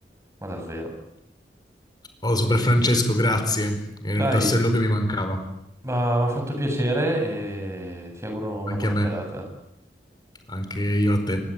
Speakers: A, on the right; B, on the left.
A: ma davvero.
B: Oh, Super Francesco, grazie. È il
A: Dai,
B: tassello che mi mancava.
A: ma mi ha fatto piacere e ti auguro una
B: Anche
A: buona
B: a me,
A: serata.
B: anche io a te.